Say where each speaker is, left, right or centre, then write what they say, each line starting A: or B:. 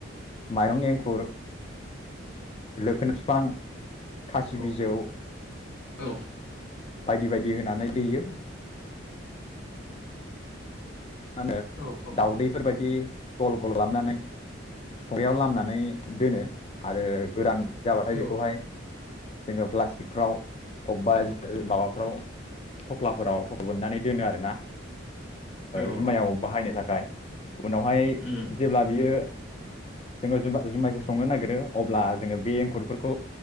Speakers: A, on the left (about 30°); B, on the left (about 75°).
A: माइरं एंखुर लोखोन बिफां खासि
B: औ
A: बिजौ
B: औ
A: बायदि बायदि होनानै देयो मा होनो
B: औ
A: दाउदैफोरबायदि गल गल खालामनानै संग्रायाव लामनानै दोनो आरो गोरान जाबाथाय बेखौहाय
B: औ
A: जोङो प्लास्टिकफ्राव बबेबा माबाफ्राव थफ्लाफोराव थफ' बोननानै दोनो आरोना
B: औ
A: ओ जुमायाव
B: औ
A: बाहायनो थाखाय उनावहाय
B: उम
A: जेब्ला बियो जोङो जुमाय जुमायखौ संनो नागिरो अब्ला जोङो बे एंखुरफोरखौ